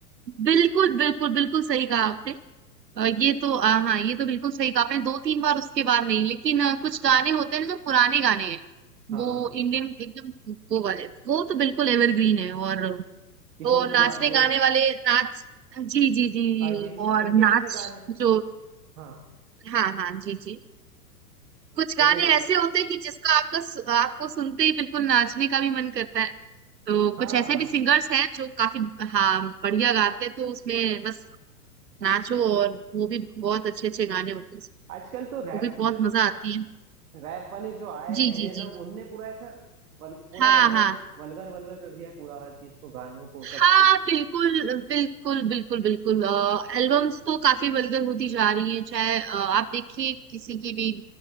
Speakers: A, on the right; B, on the right.
A: बिल्कुल बिल्कुल बिल्कुल सही कहा आपने अ, ये तो अ, हाँ ये तो बिल्कुल सही कहा आपने दो तीन बार उसके बाद नहीं लेकिन अ, कुछ
B: उसके
A: गाने होते हैं ना जो पुराने गाने हैं
B: हाँ
A: वो इंडियन एकदम वो वाले वो तो बिल्कुल एवरग्रीन है और
B: किशोर
A: वो
B: कुमार
A: नाचने
B: के
A: गाने वाले नाच जी जी जी
B: अरिजीत सिंह
A: और
B: इनके
A: नाच
B: ऐसे गाने
A: जो
B: हाँ
A: हाँ हाँ जी जी कुछ गाने
B: बोलिए बोलिए
A: ऐसे होते हैं कि जिसका आपका सु- आपको सुनते ही बिल्कुल नाचने का भी मन करता है तो
B: हाँ
A: कुछ ऐसे
B: हाँ हाँ।
A: भी सिंगर्स हैं जो काफी हाँ बढ़िया गाते हैं तो उसमें बस नाचो और वो भी बहुत अच्छे अच्छे गाने होते हैं
B: आजकल तो रैप
A: वो भी बहुत
B: जो
A: मजा आती है
B: रैप वाले जो आए हैं
A: जी
B: नए
A: जी
B: नए लोग
A: जी
B: उनने पूरा ऐसा वल, पूरा
A: हाँ
B: वर्गल
A: हाँ
B: वल्गर वल्गर कर दिया पूरा हर चीज को गानों को
A: हाँ
B: सबको
A: बिल्कुल बिल्कुल बिल्कुल बिल्कुल एल्बम्स तो काफी वल्गर होती जा रही है चाहे अ, आप देखिए किसी की भी